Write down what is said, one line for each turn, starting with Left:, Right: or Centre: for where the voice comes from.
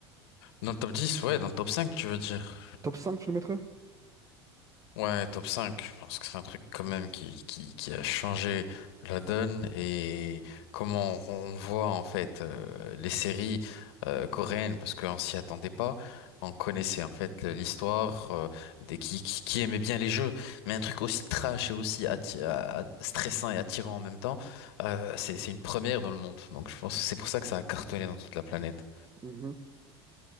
Left: Dans le top 10, ouais, dans le top 5, tu veux dire.
Right: Top cinq tu le mettrais?
Left: Ouais, top 5. je pense que c'est un truc quand même qui, qui, qui a changé la donne et comment on on voit en fait euh, les séries euh, coréennes parce qu'on s'y attendait pas. On connaissait en fait l'histoire euh, des qui, qui, qui aimait bien les jeux, mais un truc aussi trash et aussi atti- à- à- stressant et attirant en même temps, euh, c'est, c'est une première dans le monde. Donc je pense que c'est pour ça que ça a cartonné dans toute la planète.
Right: Mhm.